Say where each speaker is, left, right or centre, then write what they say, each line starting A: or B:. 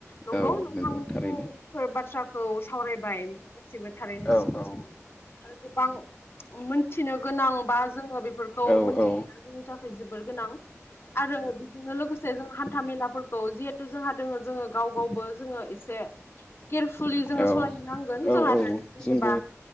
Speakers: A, on the left (about 50°); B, on the left (about 15°).
A: नंगौ
B: औ
A: नोंथां <unintelligible>
B: थारैनो
A: फोर बाथ्रा खौ सावरायबाय गासिबो थारैनो
B: औ
A: सैथो
B: औ
A: आरो गोबां मोनथिनो गोनां बा जोङो बेफोरखौ
B: औ
A: मोनथिनाया
B: औ
A: जोंनि थाखाय जोबोर गोनां। आरो बेजोंनो लोगोसे जों हान्था मेलाफोरखौ जि तु जोंहा दोङो जोङो गाव गावबो जोङो एसे केयारफुलि जोङो
B: औ
A: सालायनो नांगोन
B: औ
A: जोंहा
B: औ
A: दायो जेनेबा
B: जोंबो